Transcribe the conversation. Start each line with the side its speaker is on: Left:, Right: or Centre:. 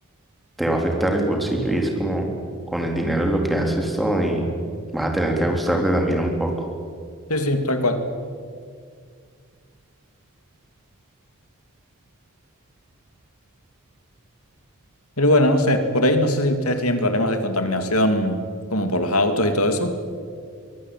Centre: te va a afectar el bolsillo y es como con el dinero es lo que haces todo y vas a tener que ajustarte también un poco.
Left: Sí, sí, tal cual. Pero bueno, no sé, por ahí no sé si ustedes tienen problemas de contaminación como por los autos y todo eso.